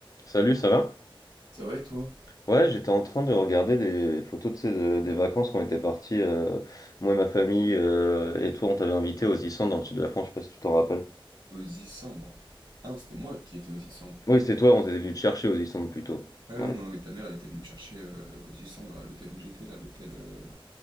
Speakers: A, on the left; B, on the right.
A: Salut, ça va?
B: Ça va et toi?
A: Ouais, j'étais en train de regarder des photos, de ces de- des vacances qu'on était partis, euh, moi et ma famille, euh, et toi, on t'avait invité aux Issants dans le sud de la France, je sais pas si tu t'en rappelles.
B: Aux Issambres. Ah non, c'était moi qui étais aux Issambres.
A: Oui, c'était toi, on t'était venu te chercher aux Issants plutôt.
B: Ah
A: Voilà.
B: oui, non, oui, ta mère, elle était venue me chercher euh, aux Issambres, là, à l'hôtel où j'étais, là, l'hôtel euh,